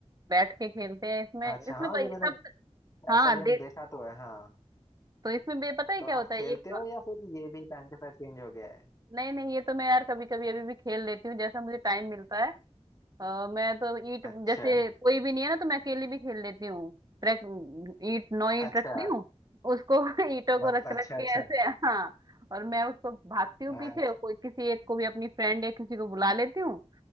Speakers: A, on the right; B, on the left.
A: बैठ के खेलते हैं इसमें
B: अच्छा
A: इसमें
B: हाँ
A: भाई
B: ये मैंने
A: सब हाँ
B: ऐसा गेम
A: दे
B: देखा तो है हाँ
A: तो इसमें बे पता है
B: तो
A: क्या होता
B: आप खेलते
A: है एक
B: हो या फिर ये भी टाइम के साथ चेंज हो गया है
A: नहीं नहीं ये तो मैं यार कभी कभी अभी भी खेल लेती हूँ जैसा मुझे टाइम मिलता है अ, मैं तो ईट
B: अच्छा
A: जैसे कोई भी नहीं है ना तो मैं अकेली भी खेल लेती हूँ रख ईट नौ ईट
B: अच्छा
A: रखती हूँ उसको <laughs> ईटों को
B: मतलब
A: रख
B: अच्छा
A: रख
B: अच्छा
A: के ऐसे हाँ और मैं उसको भागती हूँ
B: अच्छा
A: पीछे और कोई किसी एक को भी अपनी फ्रेंड या किसी को बुला लेती हूँ